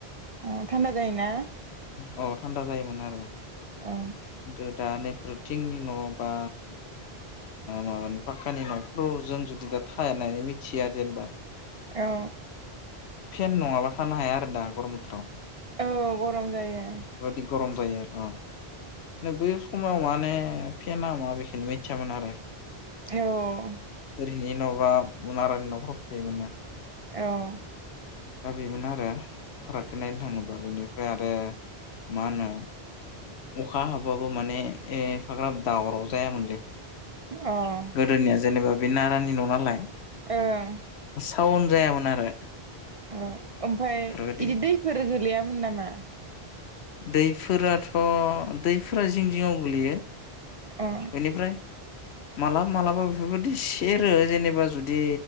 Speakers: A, on the right (about 45°); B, on the left (about 80°).
A: अ थान्दा जायोना
B: अ थान्दा जायोमोन आरो।
A: अ
B: खिन्थु दा नैफोरथिनि न' बा माबानि पाक्कानि न'फोराव जों जुदि दा थनानै मिथिया जेनबा
A: औ
B: फेन नङाबा फानो हाया आरो दा गरम बोथोराव
A: औ गरम जायो।
B: बेबायदि गरम जायो आरो अ बै समाव माने फेेन मा बेखौनो मिथियामोन आरो
A: औ
B: जेनबा बारानि न'खराव थायोमोन ना?
A: औ
B: दा बेमोन आरो फारागखौ नायनो थाङोबा बेनिफ्राय आरो मा होनो? अखा हाबाबो माने एफाग्राब दावराव जायामोनलै
A: अ ओं
B: गोदोनिया जेनेबा बे नारानि न' नालाय
A: ओं
B: टाउन जायामोन आरो
A: उम ओमफाय
B: बेफोरबायदि
A: इदि दैफोर गोलैयामोन नामा?
B: दैफोराथ' दैफोरा जिं जिंङाव गोलैयो।
A: अ
B: बेनिफ्राय मालाबा मालाबा बेफोरबायदि सेरो जेनेबा जुदि